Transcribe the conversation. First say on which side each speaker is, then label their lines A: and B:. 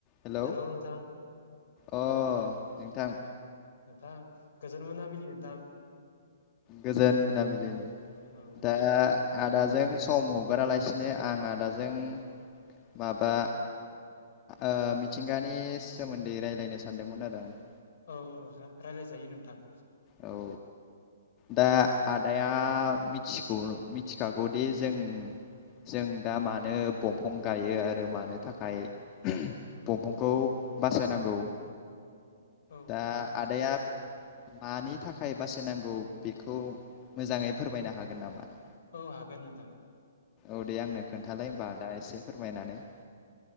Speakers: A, on the left (about 30°); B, on the left (about 60°).
A: Hello
B: hello नोथां?
A: अ नोंथां
B: मा होनो नोंथां गोजोन मोनाबिलि। <inaudible> नोंथां।
A: गोजोन मोनाबिलि <inaudible>
B: औ
A: दा <inaudible> आदाजों सम हगारालासिनो आं आदाजों माबा ओ मिथिंगानि सोमोन्दै रायज्लायनो सानदोंमोन आरो आं <inaudible>
B: औ जा रायलायजायो नोंथां।
A: औ दा आदाया मिथिगौ मिथिखागौदि जों जों दा मानो बंफां गायो आरो मानो थाखाय बंफांखौ बासायनांगौ <inaudible>
B: औ
A: दा
B: औ नोंथां।
A: आदाया मानि थाखाय बासायनांगौ बेखौ मोजाङै फोरमायनो हागोन नामा? <inaudible>
B: औ हागोन नोंथां।
A: औ दे आंनो <inaudible> खोन्थालाय होनबा आदा एसे <inaudible> फोरमायनानै। <inaudible>